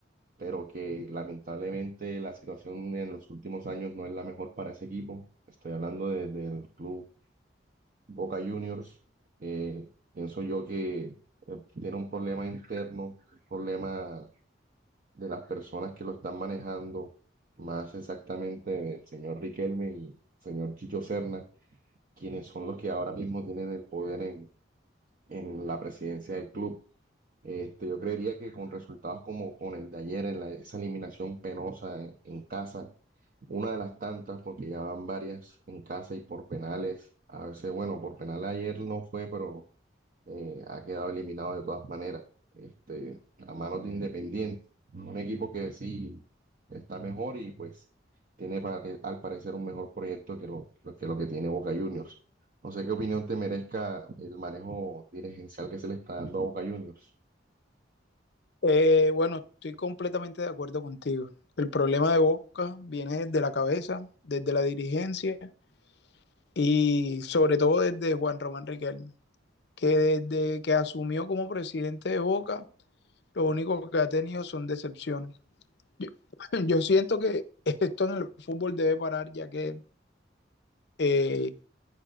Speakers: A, on the right (about 45°); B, on the left (about 60°).
A: pero que lamentablemente la situación en los últimos años no es la mejor para ese equipo. Estoy hablando de- del club Boca Juniors. Eh, pienso yo que eh, tiene un problema interno, un problema de las personas que lo están manejando, más exactamente el señor Riquelme y el señor Chicho Serna, quienes son los que ahora mismo tienen el poder en, en la presidencia del club. Este, yo creería que con resultados como con el de ayer, en la, esa eliminación penosa en, en casa, una de las tantas, porque ya van varias en casa y por penales, a veces, bueno, por penal ayer no fue, pero eh, ha quedado eliminado de todas maneras, este, a manos de Independiente, un equipo que sí está mejor y pues tiene pare- al parecer un mejor proyecto que lo, lo que lo que tiene Boca Juniors. No sé qué opinión te merezca el manejo dirigencial que se le está dando a Boca Juniors.
B: Eh, bueno, estoy completamente de acuerdo contigo. El problema de Boca viene desde la cabeza, desde la dirigencia y sobre todo desde Juan Román Riquelme, que desde que asumió como presidente de Boca, lo único que ha tenido son decepciones. Yo, <clears throat> <laughs> yo siento que esto en el fútbol debe parar, ya que eh,